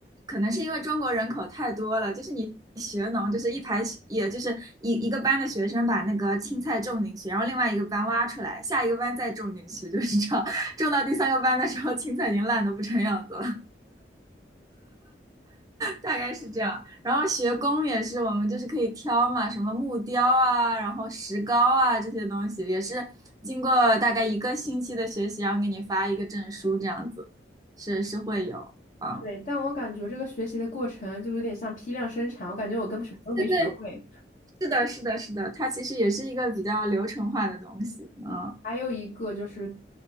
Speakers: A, on the right; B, on the left.
A: 可能是因为中国人口太多了，就是你学农，就是一排学也就是一一个班的学生把那个青菜种进去，然后另外一个班挖出来，下一个班再种进去，就是这样，<laughs> 种到第三个班的时候，青菜已经烂得不成样子了。大概是这样。然后学工也是，我们就是可以挑嘛，什么木雕啊，然后石膏啊这些东西，也是经过大概一个星期的学习，然后给你发一个证书这样子，是是会有啊。
B: 对，但我感觉这个学习的过程就有点像批量生产，我感觉我根本什么都没学会。
A: 对对，是的，是的，是的，它其实也是一个比较流程化的东西，嗯。
B: 还有一个就是